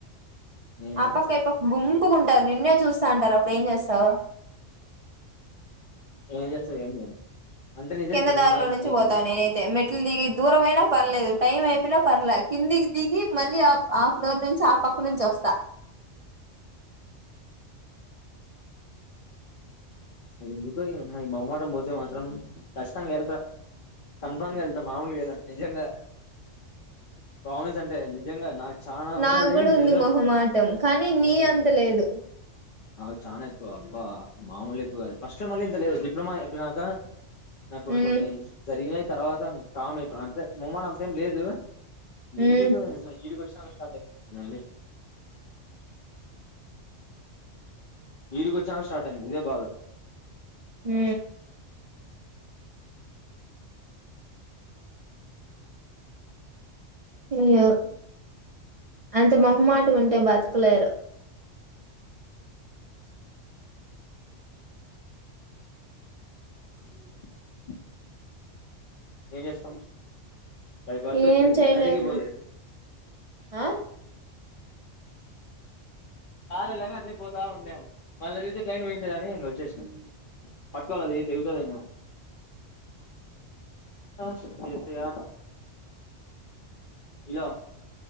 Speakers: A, on the left; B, on the right.
A: నేనా
B: ఆ పక్క ఇ పక్క గుంపుకుంటారు నిన్నే చూస్తా అంటారు అప్పుడు ఏం చేస్తావు
A: ఏం చేస్త ఏం చేయను అంటే నిజం
B: కింద దారిలో
A: నాకి
B: నుంచి పోతా నేనైతే మెట్లు దిగి దూరం అయినా పర్లేదు టైం అయిపోయినా పర్లే కిందికి దిగి మళ్ళీ ఆ ఆఫ్లోర్ నుంచి ఆ పక్క నుంచి వస్తా
A: ఎందుకో ఇఆమ్మాయి మోహమాటం పోతే మాత్రం కచ్చితంగా ఏళ్త కన్ఫామ్ గా వెళ్తా మామూలుగా ఎళ్ళను నిజంగా ప్రామిస్ అంటే వెళ్ళి నిజంగా నాకు చానా
B: నాకు
A: ఉంటాది
B: కూడా ఉంది
A: ఎదేదొ
B: మొహమాటం
A: మా కానీ
B: నీ అంత లేదు
A: నాకు చానా ఎక్కువ అబ్బా మామూలు ఎక్కువ కాదు ఫస్ట్ ల మళ్ళీ ఇంత లేదు డిప్లొమా అయిపోయినాక నాకు కొన్ని
B: ఉమ్
A: కొన్ని జరిగినయి తర్వాత కామ్ అయిపోయాం అంతే మోమటం అంతేం లేదు
B: ఉమ్
A: ఎందుకు ఏమ్మ ఈడికొచి స్టార్ట్ అయింది ఈడికి వచినక స్టార్ట్ అయింది ఇదే బాధ
B: హ అయ్యో అంత మొహమాటం ఉంటే బతకలేరు
A: అ ఏం చేస్తం బై బర్త్
B: ఏం
A: అచ్చింది
B: చేయలేను
A: ఎన్నటికి పోదు
B: ఆ
A: కాల్ ఎల్లంగానే అట్లే పోతా ఉన్నా మళ్ళ చూసే ట్రైన్ పోయింది కదాని వచ్చేసినా పట్టుకోవాలది తెగుతదే మో అబ్బ ఎసయా ఇగో